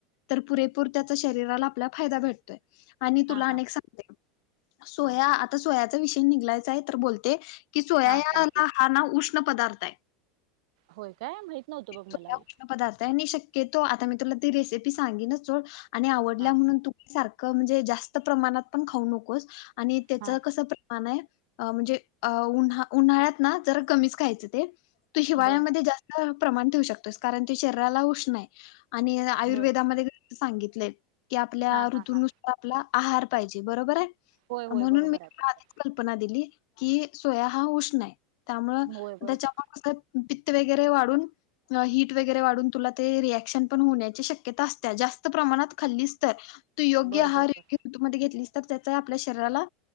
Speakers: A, on the left (about 60°); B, on the right (about 65°).
A: पुरेपूर त्या शरीराला आपला फायदा भेतोय आणि
B: हा
A: तुला अनेक
B: हा
A: सांगते सोया
B: हा
A: आता सोया विषय निघालाच आहे तर बोलते की सोयाला
B: हा सांगते
A: हा नाव उष्म पदार्थ हाय.
B: होय काय माहित नव्हतं बघ मला
A: स
B: हे
A: उष्ण पदार्थ हाय आणि शक्य तो आता मी तुला ती रेसिपी सांगीनच सोड आणि आवडल्या
B: हा
A: म्हणून तुमी सारख म्हणजे जास्त प्रमाणात पण खाऊ नकोस. आणि त्याच
B: हा
A: कसं प्रमाण आहे. म्हणजे उन्हा उन्हाळ्यात ना जरा कमीच खायचं ते तू हिवाळ्यामध्ये
B: बर
A: जास्त प्रमाण ठेवू शकतेस कारण ते शरीराला उष्ण हाय. आयुर्वेदामध्ये
B: बर
A: सांगितलेय की आपल्या
B: हा हा
A: ऋतूनुसार
B: हा
A: आपला आहार पाहिजे बरोबर आहे.
B: होय होय
A: म्हणून
B: बरोबर
A: मी
B: आहे बरोबर
A: आधीच कल्पना दिली. कि सोया हा उष्ण आहे. त्यामूळ
B: होय बरोबर
A: त्याच्यामूळ कस ट वगैरे वाढून हीट वगैरे वाढून तुला ते रिएक्शन पण होण्या शक्यता असतीया जास्त प्रमाणात खाल्लीस तर तू योग्य
B: बर
A: आहार
B: बर बर
A: मध्ये घेतलीस तर त्याचा आपल्या शरीराला